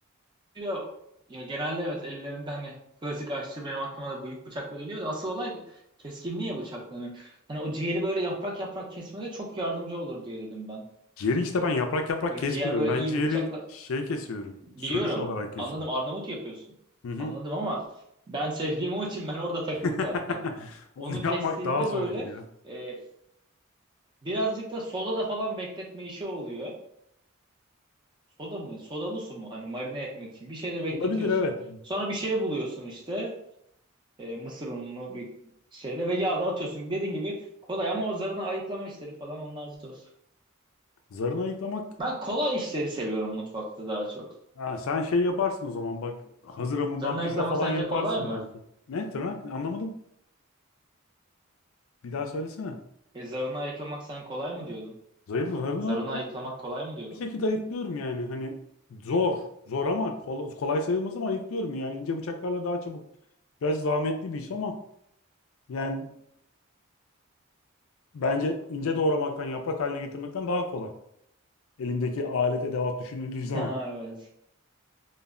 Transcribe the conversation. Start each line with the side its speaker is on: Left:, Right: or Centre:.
Right: Ya, ya genelde evet ellerinde hani klasik aşçı benim aklıma da büyük bıçakla geliyor da asıl olay keskinliği ya bıçakların. Hani o ciğeri böyle yaprak yaprak kesmede çok yardımcı olur diye dedim ben.
Left: Ciğeri işte ben yaprak yaprak
Right: Böyle
Left: kesmiyorum.
Right: ciğer böyle
Left: Ben
Right: iyi
Left: ciğeri
Right: bir bıçakla
Left: şey kesiyorum.
Right: biliyorum.
Left: Söğüş olarak kesiyorum.
Right: Anladım Arnavut yapıyorsun.
Left: Hı hı.
Right: Anladım ama ben sevdiğim o için ben orada takılı
Left: <laughs>
Right: kaldım.
Left: Onu
Right: Onu kestiğinde
Left: yapmak daha zordur
Right: böyle
Left: ya.
Right: e, birazcık da soda da falan bekletme işi oluyor. Soda mı? Sodalı su mu? Hani marine etmek için. Bir şeyde bekletiyorsun.
Left: Olabilir evet.
Right: Sonra bir şey buluyorsun işte. e, mısır ununu bir şeyde ve yağda atıyorsun. Dediğin gibi kolay ama o zarına ayıklama işleri falan onlar zor.
Left: Zarını ayıklamak.
Right: Ben kolay işleri seviyorum mutfakta daha çok.
Left: Ha, sen şey yaparsın o zaman bak. Hazır hamurdan
Right: Zarını
Left: pizza
Right: ayıklamak
Left: falan
Right: sence
Left: yaparsın
Right: kolay mı?
Left: belki. Ne tırnak? Anlamadım. Bir daha söylesene.
Right: E, zarını ayıklamak sen kolay mı diyordun?
Left: Zayıf zarını.
Right: Zarını ayıklamak kolay mı diyordun?
Left: bir şekilde ayıklıyorum yani. Hani zor. Zor ama kolay, kolay sayılmaz ama ayıklıyorum yani. ince bıçaklarla daha çabuk. Biraz zahmetli bir iş ama yani bence ince doğramaktan, yaprak haline getirmekten daha kolay. Elindeki alet edevat düşünüldüğü zaman.
Right: Ha evet.